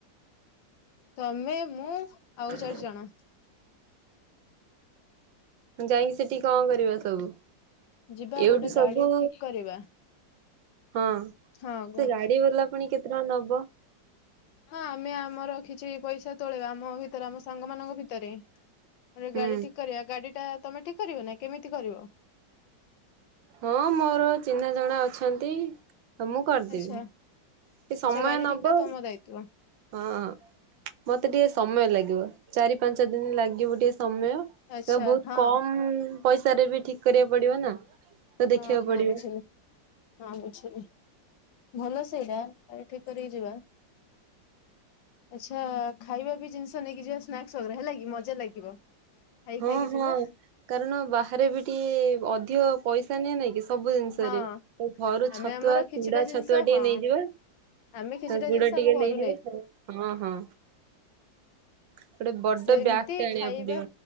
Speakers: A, on the left; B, on the right.
A: ତମେ ମୁଁ
B: <inaudible>
A: ଆଉ ଚାରି ଜଣ
B: ଯାଇକି ସେଠି କଣ କରିବ ସବୁ?
A: ଯିବା
B: ଏଇଠୁ
A: ଗୋଟେ
B: ସବୁ
A: ଗାଡ଼ି ଠିକ୍ କରିବା।
B: ହଁ
A: ହଁ ଗୋ
B: ସେଗାଡ଼ି ବାଲା ପୁଣି କେତେ ଟଙ୍କା ନବ?
A: ନାଁ ଆମେ ଆମର କିଛି ପଇସା ତୋଳେଇବା ଆମ ଭିତରେ ଆମ ସାଙ୍ଗ ମାନଙ୍କ ଭିତରେ। ଗୋଟେ
B: ହୁଁ
A: ଗାଡ଼ି ଠିକ୍ କରିବା ଗାଡ଼ିଟା ତମେ ଠିକ୍ କରିବନା କେମିତି କରିବ।
B: ହଁ ମୋର ଚିହ୍ନା ଜଣା ଅଛନ୍ତି ତମୁଁ କରିଦେବି।
A: ଆଚ୍ଛା
B: ଟି ସମୟ
A: ଆଚ୍ଛା ଗାଡି
B: ନବ
A: ଠିକ ଟା
B: ଆଉ।
A: ତମ ଦାୟିତ୍ଵ
B: ହଁ ମତେ ଟିକେ ସମୟ ଲାଗିବ ଚାରି ପାଞ୍ଚ ଦିନି ଲାଗିବ ଟିକେ ସମୟ।
A: ଆଚ୍ଛା
B: ତବହୁତ୍
A: ହଁ
B: କମ୍ ପଇସାରେବି ଠିକ୍ କରିବାକୁ ପଡ଼ିବ ନା। ତ ଦେଖିବାକୁ
A: ହଁ ହଁ
B: ପଡିବ
A: ବୁଝିଲି। ହଁ ବୁଝିଲି ଭଲ ସେଇଟା ଆଗେ ଠିକ୍ କରିକି ଯିବା। ଆଚ୍ଛା ଖାଇବାବି ଜିନିଷ ନେଇକି ଯିବା ସ୍ନାକ୍ ବଗେରା ହେଲାକି ମଜା ଲାଗିବ। ଖାଇ
B: ହଁ
A: ଖାଇକି
B: ହଁ
A: ଯିବା।
B: କାରଣ ବାହାରେବି ଟିକେ ଅଧିକ ପଇସା ନିଏ ନାଇଁ କି ସବୁ ଜିନିଷରେ
A: ହଁ
B: ଆଉ ଘରୁ
A: ଆମେ
B: ଛତୁଆ
A: ଆମର
B: ଚୁଡ଼ା
A: କିଛିଟା ଜିନିଷ
B: ଛତୁଆ ଟିକେ
A: ହଁ
B: ନେଇଯିବା।
A: ଆମେ କିଛିଟା
B: ତ ଗୁଡ଼
A: ଜିନିଷ ଆମ
B: ଟିକେ
A: ଘରୁ
B: ନେଇଯିବା ହଁ ହଁ। ଗୋଟେ ବଡ
A: ସେମିତି
B: ବ୍ୟାଗ୍ ଟେ ଆଣିବାକୁ
A: ଖାଇବା
B: ପଡିବ